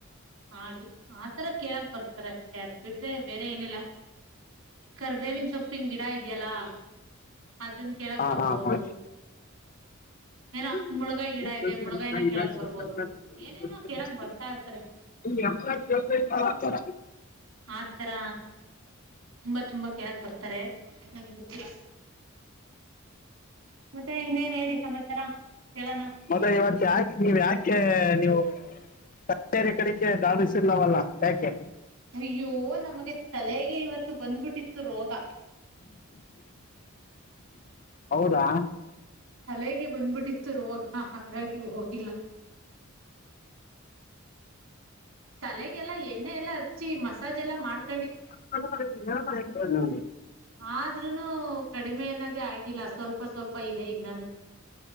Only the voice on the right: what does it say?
ಹಾಗೆ ಆತರ ಕೇಳಕ್ ಬರ್ತಾರಷ್ಟೇ ಅದ್ ಬಿಟ್ರೆ ಬೇ ಏನಿಲ್ಲ ಕರ್ಬೇವಿನ ಸೊಪ್ಪಿನ್ ಗಿಡ ಇದ್ಯಲ್ಲಾ. ಅದನ್ ಕೇಳಕ್
ಬರ್ಬೋದು.
ಏನೋ ಮುಳಗಾಯಿ ಗಿಡ ಇದೆ ಮುಳಗಾಯಿನ ಕೇಳಕ್ ಬರ್ಬೋದು ಏನೇನೋ ಕೇಳಕ್ ಬರ್ತಾ ಇರ್ತಾರೆ
ಆತರ ತುಂಬಾ ತುಂಬಾ ಕೇಳಕ್ ಬರ್ತಾರೆ ನಿಮ್ಗ ಗೊತ್ತಿಲ್ಲ. ಮತ್ತೆ ಇನ್ನೇನ್ ಹೇಳಿ ಸಮಾಚಾರ. ಕೇಳೋಣ
ಅಯ್ಯೋ ನಮ್ಗೆ ತಲೆಗೆ ಇವತ್ತು ಬಂದ್ಬಿಟ್ಟಿತ್ತು ರೋಗ.
ತಲೆಗೆ ಬಂದ್ಬಿಟ್ಟಿತ್ತು ರೋಗ ಹಾಗಾಗಿ ಹೋಗಿಲ್ಲ. ತಲೆಗೆಲ್ಲಾ ಎಣ್ಣೆ ಎಲ್ಲಾ ಹಚ್ಚಿ ಮಸಾಜ್ ಮಾಡ್ --
ಆದ್ರೂನು ಕಡಿಮೆ ಅನ್ನದೇ ಆಗಿಲ್ಲ ಸ್ವಲ್ಪ ಸ್ವಲ್ಪ ಇದೆ ಇನ್ನಾನು.